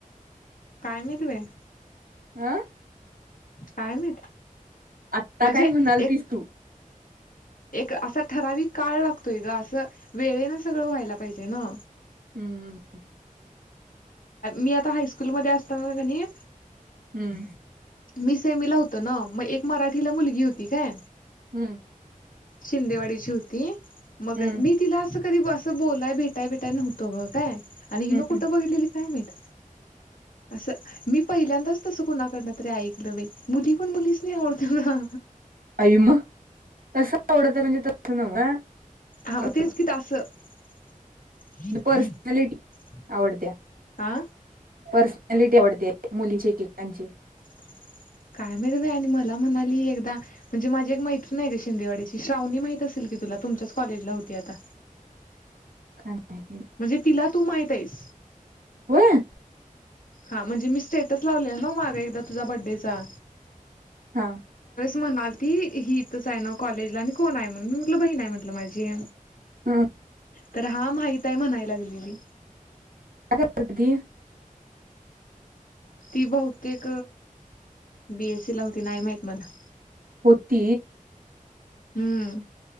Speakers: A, on the left (about 70°); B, on the right (about 85°).
A: काय माहित बाई
B: आ
A: काय माहित
B: आत्ता
A: म्हणजे
B: काय म्हणालतीस
A: एक
B: तू
A: एक असा ठराविक काळ लागतोय गं असं वेळेने सगळं व्हायला पाहिजे ना
B: हं
A: मी आता हायस्कूल मध्ये असताना कणी
B: हम्म
A: मी सेमीला होतो ना मग एक मराठीला मुलगी होती काय
B: हम्म
A: शिंदेवाडीची होती मग
B: हम्म
A: मी तिला अस कधी असं बोलाय भेटाय बिटाय नव्हतं गं काय आणि हिन
B: हम्म
A: कुठं बघितलेली काय माहित असं मी पहिल्यांदाच तसं कुणाकडनं तरी ऐकलं बाई मुली पण मुलीसणी आवडतात ह् ह हा
B: आई मग तसं आवडतय म्हणजे तसं नव्हं
A: हा मग
B: गं
A: तेच कि असं <unintelligible>
B: पर्सनॅलिटी आवडत्या
A: आं
B: पर्सनॅलिटी आवडते मुलींचे एकेकांची‍
A: <unintelligible> काय माहित बाई आणि मला म्हणाली एकदा म्हणजे माझी एक मैत्रीन आहे गं शिंदेवाड्याची श्रावणी माहित असेल कि ती तुला तुमच्याच कॉलेजला होती आता
B: काय माहित नाही
A: म्हणजे तिला तू माहित आहेस.
B: होय
A: हा म्हणजे मी स्टेटस लावले ना माग एकदा तुझा बर्थडेचा.
B: हा.
A: म्हणाल ती ही इथच आहे ना कॉलेजला आणि कोण आहे म्हणून मी म्हटलं बहीण आहे म्हटलं माझी.
B: हा.
A: तर हा माहित आहे म्हणाय लागलेली.
B: काय करती?
A: ती बहुतेक बीएससी ला होती नाही माहित मला.
B: होती.
A: हम्म.